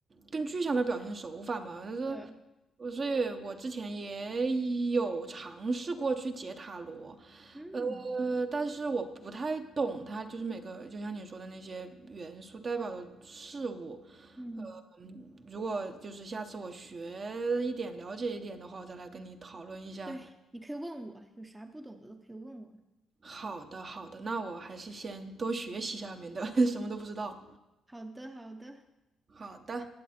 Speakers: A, on the right; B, on the right.
A: 更具象的表现手法嘛，就是
B: 对啊，
A: 我所以，我之前也有尝试过去解塔罗，
B: 嗯
A: 呃，但是我不太懂它，就是每个就像你说的那些元素代表的事物，
B: 嗯，
A: 呃，嗯如果就是下次我学一点了解一点的话，我再来跟你讨论一下
B: 对，你可以问我，有啥不懂的都可以问我。
A: 好的，好的，那我还是先多学习一下面的，免得 <laughs> 什么都不知道。
B: 好的，好的。
A: 好的。